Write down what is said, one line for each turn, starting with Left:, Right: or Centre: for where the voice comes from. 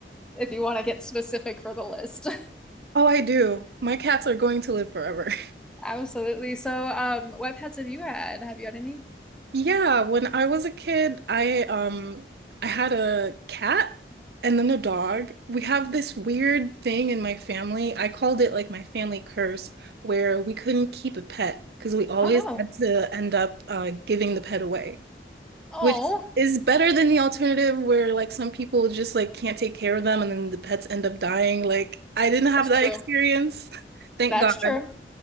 Centre: if you want to get specific for the list.
Right: Oh, I do. My cats are going to live forever.
Centre: <laughs> Absolutely. So, um, what pets have you had? Have you had any?
Right: Yeah, when I was a kid, I um I had a cat and then a dog. We have this weird thing in my family. I called it like my family curse, where we couldn't keep a pet because we always
Centre: Oh no.
Right: had to end up uh, giving the pet away,
Centre: Oh,
Right: which is better than the alternative where like some people just like can't take care of them and then the pets end up dying. Like I didn't have
Centre: That's
Right: that
Centre: true.
Right: experience. <laughs> Thank
Centre: that's
Right: God.
Centre: true.